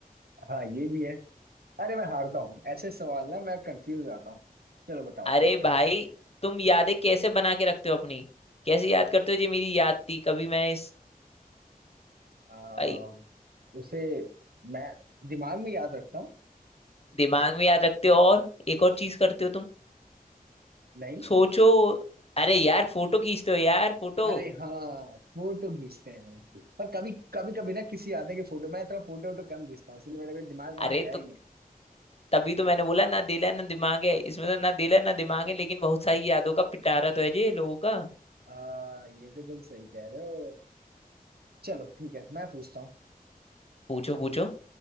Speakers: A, on the right; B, on the left.
A: हाँ ये भी है अरे मैं हारता हूँ ऐसे सवाल ना मैं कंफ्यूज हो जाता हूँ चलो बताओ
B: अरे
A: तुम जरा
B: भाई तुम यादें कैसे बना के रखते हो अपनी कैसे याद करते हो जी मेरी याद थी कभी मैंने इस
A: आ,
B: भाई
A: उसे मैं दिमाग में याद रखता हूँ
B: दिमाग में याद रखते हो और एक और चीज करते हो तुम
A: नहीं
B: सोचो अरे यार फोटो खींचते हो यार फोटो
A: अरे हाँ फोटो खींचते हैं पर कभी कभी कभी ना किसी आते के फोटो मैं थोड़ा फोटो वोटो कम खींचता हूँ इसलिए मेरे को दिमाग वहां
B: अरे
A: गया ही
B: तो
A: नहीं
B: तभी तो मैंने बोला ना दिल है ना दिमाग है इसमें तो ना दिल है ना दिमाग है लेकिन बहुत सारी यादों का पिटारा तो है जी लोगों का
A: आ, ये तो तुम सही कह रहे हो चलो ठीक है मैं पूछता हूँ
B: पूछो पूछो